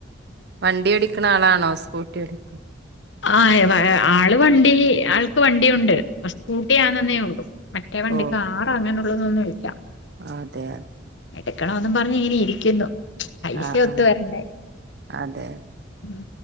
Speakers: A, on the right; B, on the left.
A: വണ്ടി ഓടിക്കുന്ന ആളാണോ സ്കൂൾ ണ്ടി ഓടിക്കും
B: ആ ആള് വണ്ടി ആൾക്ക് വണ്ടി ഉണ്ട് സ്കൂട്ടി ആന്നെന്നേ ഉള്ളു മറ്റേ വണ്ടി
A: ഓഹ്
B: കാറ് അങ്ങനെ അതൊന്നുംല്ല
A: അതെ അതെ
B: എടുക്കണമെന്നും പറഞ്ഞഞ് ഇങ്ങനെ ഇരിക്കുന്നു പൈസ
A: ആഹ്
B: ഒത്തു
A: ആഹ്
B: വരണ്ടേ
A: അതെ
B: ഉം